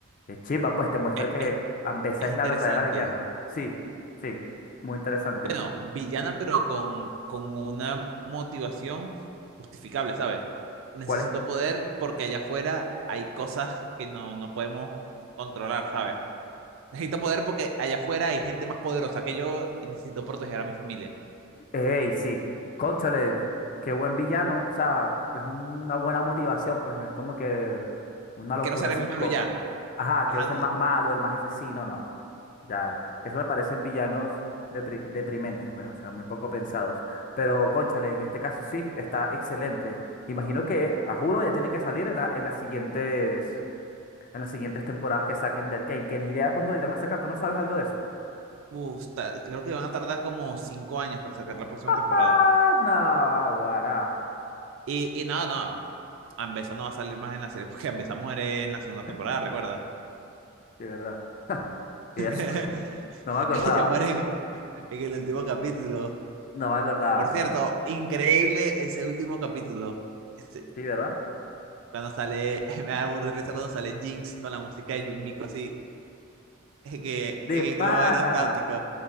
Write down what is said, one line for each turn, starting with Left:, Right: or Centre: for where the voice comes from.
Left: es chimba, pues te muestra
Right: Es,
Left: que
Right: es-
Left: Ambesa
Right: es
Left: es
Right: interesante.
Left: la verdadera villana. Sí, sí, muy interesante.
Right: Bueno, villana, pero con, con una motivación justificable, ¿sabes? Necesito
Left: ¿Cuál es?
Right: poder porque allá afuera hay cosas que no, no podemos controlar, ¿sabes? Necesito poder porque allá afuera hay gente más poderosa que yo y necesito proteger a mi familia.
Left: Ey, sí. Cónchale, qué buen villano. O sea, es una buena motivación, pues no es como que una locura
Right: Quiero ser
Left: psicópata.
Right: el malo ya.
Left: Ajá,
Right: Ajá,
Left: quiero ser
Right: no.
Left: más malo, el más asesino, no. Ya, eso me parecen villanos depri- deprimentes, pues, o sea, muy poco pensados. Pero, cónchale, en este caso sí, está excelente. Imagino que, a juro, ya tiene que salir en la- en las siguientes, en las siguientes temporadas que saquen de Arcane, que ni idea cuándo irán a sacar, ¿tú no sabes algo de eso?
Right: Uf, ta- creo que van a tardar como cinco años para sacar la próxima
Left: Ah,
Right: temporada.
Left: no, guará,
Right: Y, y no, no. Ambesa no va a salir más en la serie porque Ambesa muere en la segunda temporada,
Left: <clears throat>
Right: recuerda.
Left: de verdad. <laughs> que
Right: <laughs>
Left: ya se- <laughs> No me acordaba,
Right: Ella muere en en el último capítulo.
Left: no me acordaba,
Right: y por
Left: no
Right: cierto,
Left: me acordaba.
Right: increíble ese último capítulo. Ese-
Left: Sí, ¿verdad?
Right: cuando sale, <laughs> me da burda de risa cuando sale Jinx con la música de Yumiko así. Es que,
Left: De
Right: es que
Left: pana.
Right: el globo aerostático